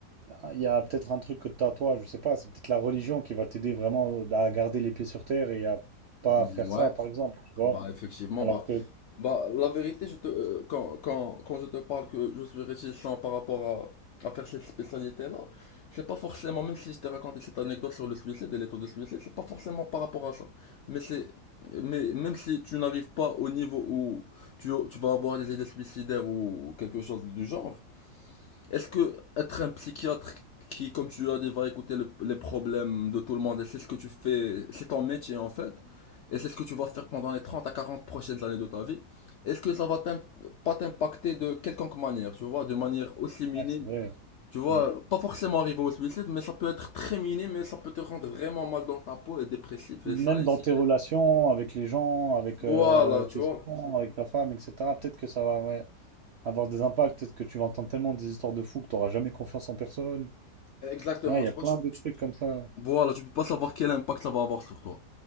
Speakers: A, on the right; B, on the left.
A: Ah, Il y a peut-être un truc que t'as toi, je sais pas, c'est peut-être la religion qui va t'aider vraiment à garder les pieds sur terre et à pas
B: Mm,
A: faire
B: Ouais.
A: ça, par exemple, tu vois.
B: Bah effectivement,
A: Alors
B: bah,
A: que, ouais,
B: bah la vérité, je te, euh, quand, quand, quand je te parle que je suis réticent par rapport à, à faire cette spécialité-là, c'est pas forcément, même si je t'ai raconté cette anecdote sur le suicide et les taux de suicide, c'est pas forcément par rapport à ça. Mais c'est, mais même si tu n'arrives pas au niveau où tu, tu vas avoir des idées suicidaires ou quelque chose du genre, est-ce que être un psychiatre qui, comme tu as dit, va écouter le- les problèmes de tout le monde, et c'est ce que tu fais, c'est ton métier en fait, et c'est ce que tu vas faire pendant les 30 à 40 prochaines années de ta vie, est-ce que ça va t'im- pas t'impacter de quelconque manière, tu vois, de manière aussi minime,
A: c'est vrai. hein.
B: tu vois,
A: Mm.
B: pas forcément arriver au suicide, mais ça peut être très minime, mais ça peut te rendre vraiment mal dans ta peau et dépressif, et
A: Même
B: ça, et
A: dans
B: ça.
A: tes relations avec les gens, avec
B: Voilà,
A: euh, tes
B: tu vois,
A: enfants, avec ta femme, etc., peut-être que ça va ouais, avoir des impacts, peut-être que tu vas entendre tellement des histoires de fous que tu n'auras jamais confiance en personne.
B: exactement,
A: Ouais, il y
B: tu
A: a plein
B: vois, tu,
A: de trucs comme ça.
B: Voilà, tu peux pas savoir quel impact ça va avoir sur toi.